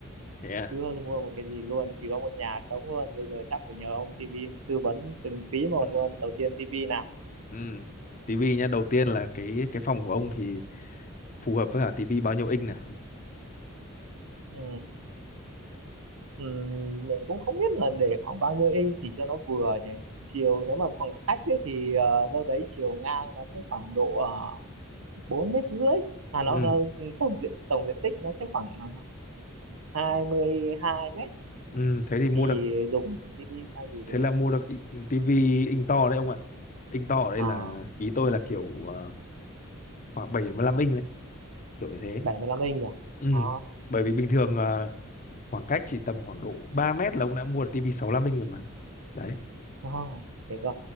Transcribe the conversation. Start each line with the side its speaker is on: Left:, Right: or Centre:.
Left: thế à
Right: Chưa mua một cái gì luôn, chỉ có một nhà trống luôn. Bây giờ chắc phải nhờ ông TV tư vấn từng tí một
Left: <clears throat>
Right: luôn. Đầu tiên TV nào.
Left: ừ tivi nhá đầu tiên là cái cái phòng của ông thì phù hợp với cả tivi bao nhiêu inch nè
Right: Ừ. Ừm, mình cũng không biết là để khoảng bao nhiêu inch thì cho nó vừa nhỉ chiều nếu mà khoảng khách ấy, thì ờ, đâu đấy chiều ngang nó sẽ khoảng độ uh, bốn mét rưỡi à nó,
Left: ừ
Right: nó tổng diện tổng diện tích nó sẽ khoảng uh, hai mươi hai mét
Left: Ừ, thế thì mua
Right: thì
Left: được
Right: dùng TV size gì được
Left: thế là mua được tivi inch to đấy ông ạ inch to ở đây
Right: uh,
Left: là ý tôi là kiểu ờ, khoảng 75 inch đấy kiểu như thế
Right: bảy mươi lăm inch rồi
Left: ừ.
Right: à,
Left: bởi vì bình thường ờ, khoảng cách chỉ tầm khoảng độ 3 mét là ông đã mua được tivi 65 inch rồi mà đấy
Right: à, thế cơ